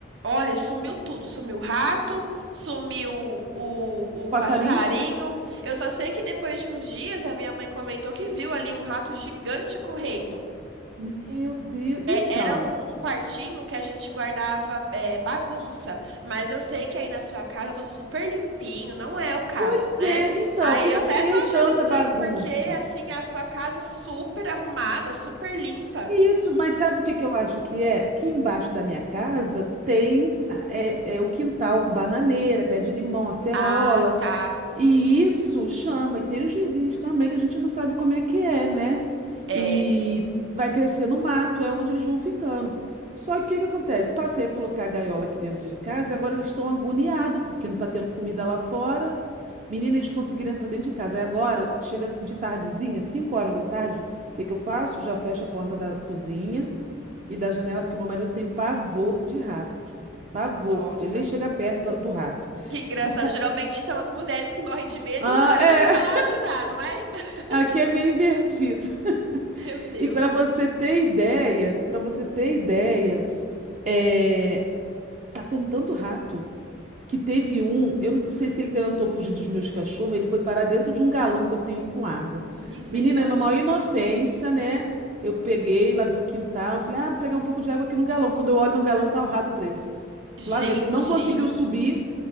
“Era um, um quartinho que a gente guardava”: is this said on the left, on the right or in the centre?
Right